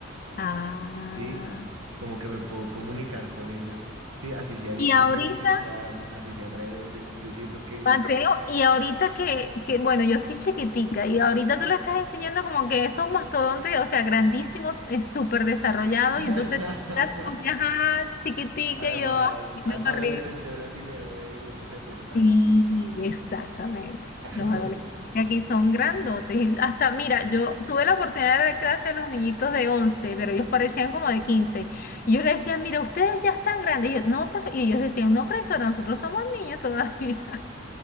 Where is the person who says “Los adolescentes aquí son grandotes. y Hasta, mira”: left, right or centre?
Left